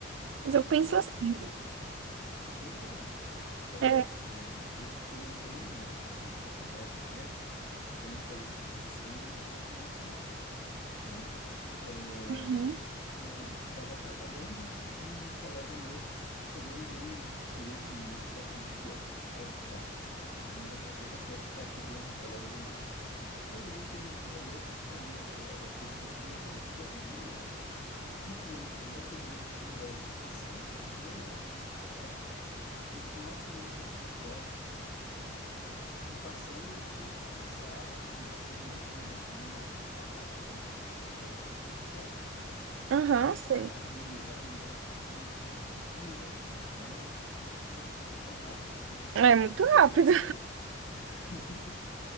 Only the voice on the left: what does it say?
Eu acho
que é, é, é bem por aí. É, Por
exemplo, é, eu, eu entrei na, na faculdade na época, foi uma coisa assim que eu decidi numa, num final de semana, né? É,
um, estava trabalhando, um colega meu pegou e me deu um folheto na mão e falou assim, aqui, ó, vai estudar. Não é para é para ficar aqui dentro da loja, não. Eu olhei aquele folheto, olhei uh, o curso que eu queria, falei, vou fazer mesmo. E fui. No outro dia fiz a inscrição, acho que no mesmo dia fiz a inscrição. No final de semana já tinha prova e passando eu já tinha que começar na segunda-feira, assim, a, a pagar tudo. Eu fiz é, particular, né?
Tinha
que pagar tudo já no negócio. Eu falei, caramba, né? Tudo tão, tudo tão rápido assim.
Acredita
que eu fiquei. <laughs>